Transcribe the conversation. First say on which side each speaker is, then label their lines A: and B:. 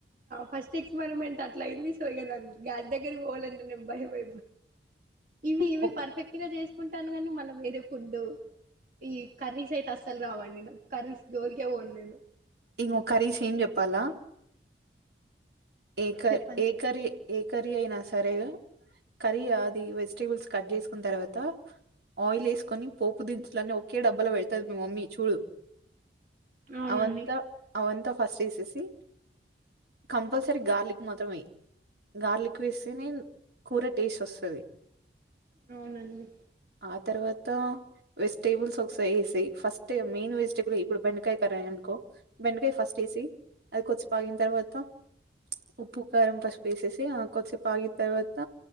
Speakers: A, on the right; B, on the right.
A: ఫస్ట్ ఎక్స్పెరిమెంట్ అట్లా అయ్యింది సో ఇంకా గ్యాస్ దగ్గరికి పోవాలంటేను భయమై ఇవి ఇవి
B: ఒక్
A: పర్ఫెక్ట్ గా చేసుకుంటాను కానీ మనం వేరే ఫుడ్డు ఈ కర్రీస్ అయితే అస్సలు రావండి నాకు కర్రీస్ జోలికే పోను నేను
B: ఇగో కరీస్ ఏం చెప్పాలా ఏకర్
A: చెప్పండి
B: ఏ కర్రీ ఏ కర్రీ అయినా సరే కర్రీ అది వెజిటబుల్స్ కట్ చేసుకున్న తర్వాత ఆయిల్ ఏసుకొని పోపు దినుసులను ఒకే డబ్బాలో పెడతాది మీ మమ్మీ చూడు
A: అవునండి
B: అవంత అవంత ఫస్ట్ ఏసేసి కంపల్ తరి గార్లిక్ మొత్తం వెయ్యి గార్లిక్ వేస్తేనే కూర టేస్ట్ వస్తది
A: అవునండి
B: ఆ తర్వాత వెజిటేబుల్స్ ఒకసారి వేసేయ్ ఫస్ట్ మెయిన్ వెజిటేబుల్ ఇప్పుడు బెండకాయ కరాయి అనుకో బెండకాయ ఫస్ట్ వేసేయ్ అది కొచ్చి పాగిన తర్వాత ఉప్పు కారం పసుపు వేసేసి ఆ కొద్దిసేపు ఆగిన తర్వాత